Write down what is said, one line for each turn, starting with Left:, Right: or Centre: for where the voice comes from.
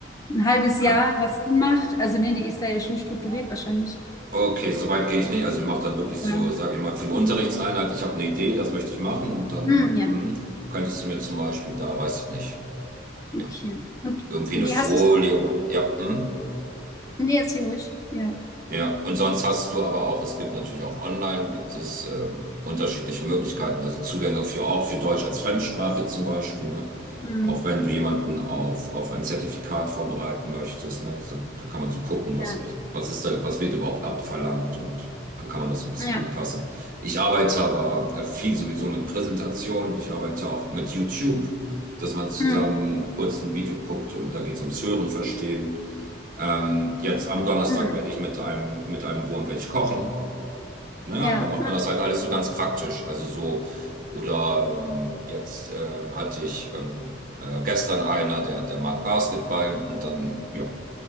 Left: ein halbes Jahr,
Right: Ah,
Left: was sie macht. Also nee, die ist da ja schon strukturiert wahrscheinlich.
Right: Okay, so weit gehe ich nicht. Also ich mache dann wirklich
Left: Ja.
Right: so, sage ich mal, für eine Unterrichtseinheit, ich habe eine Idee, das möchte ich machen und dann
Left: Hm, ja,
Right: mhm, könntest du mir zum Beispiel da, weiß ich nicht,
Left: okay.
Right: ja,
Left: Und
Right: irgendwie
Left: wie
Right: eine Folie
Left: hast du es?
Right: oder, ja, mhm.
Left: Nee, jetzt hier ruhig. Ja.
Right: Ja, und sonst hast du aber auch, es gibt natürlich auch online, gibt es ähm, unterschiedliche Möglichkeiten, also Zugänge für auch für Deutsch als Fremdsprache zum Beispiel, ne?
Left: Hm,
Right: Auch wenn du jemanden auf, auf ein Zertifikat vorbereiten möchtest, ne? Da, da kann man so gucken,
Left: ja.
Right: was, was ist da, was wird überhaupt abverlangt und dann kann man das so ein bisschen
Left: Ja.
Right: anpassen. Ich arbeite aber äh, viel sowieso mit Präsentation und ich arbeite auch mit YouTube, dass man zusammen
Left: Hm,
Right: kurz ein Video guckt und da geht es ums Hören, Verstehen. Ähm, jetzt am Donnerstag
Left: hm,
Right: werde ich mit einem, mit einem Wurm werde ich kochen. Ne?
Left: ja.
Right: Und Da macht man das halt alles so ganz praktisch. Also so, oder ähm, jetzt äh, hatte ich ähm, äh, gestern einer, der, der mag Basketball und dann ja,